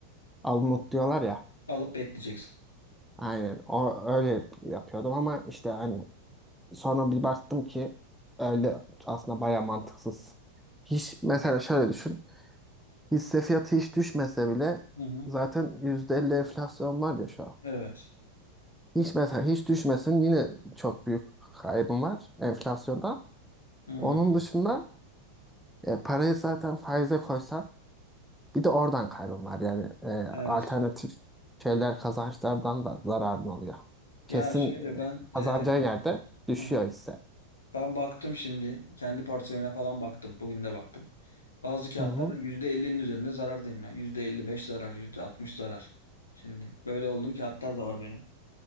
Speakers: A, in the centre; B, on the left (about 75°).
A: alınıp diyorlar ya.
B: Alıp bekleyeceksin.
A: Aynen o
B: Hı hı.
A: öyle yap- yapıyordum ama işte hani sonra bir baktım ki öyle aslında baya mantıksız. Hiç mesela şöyle düşün. Hisse fiyatı hiç düşmese bile
B: hı. hı.
A: zaten %50 enflasyon var ya şu an.
B: Evet.
A: Hiç mesela hiç düşmesin yine çok büyük kaybım var enflasyonda.
B: Hı.
A: Onun dışında e, parayı zaten faize koysan bir de oradan kaybın var. Yani e,
B: Evet.
A: alternatif şeyler kazançlardan da zararın oluyor.
B: Ya
A: Kesin
B: şöyle
A: e,
B: ben e,
A: kazanacağın yerde düşüyor
B: Hı hı.
A: hisse.
B: Ben baktım şimdi. Kendi portföyüme falan baktım. Bugün de baktım. Bazı kağıtlarda
A: Hı hı.
B: yüzde elli'nin üzerinde zarardayım. Yani beş zarar, %60 zarar. Şimdi böyle olduğum kağıtlar da var benim.